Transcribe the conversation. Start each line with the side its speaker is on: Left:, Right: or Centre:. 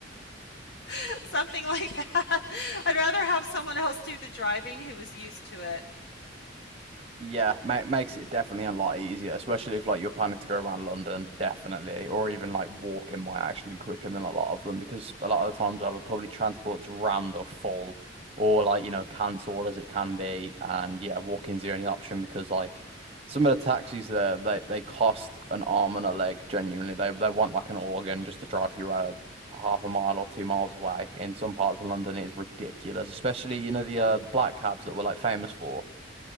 Left: <laughs> something like that. <laughs> I'd rather have someone else do the driving who is used to it.
Right: Yeah, ma makes it definitely a lot easier, especially if like you're planning to go around London, definitely, or even like walking might actually be quicker than a lot of them because a lot of the times either public transport's rammed or full, or like you know cancelled as it can be, and yeah, walking's the only option because like some of the taxis there they they cost an arm and a leg genuinely. They they want like an organ just to drive you uh, half a mile or two miles away. In some parts of London, it is ridiculous, especially you know the uh, the black cabs that we're like famous for.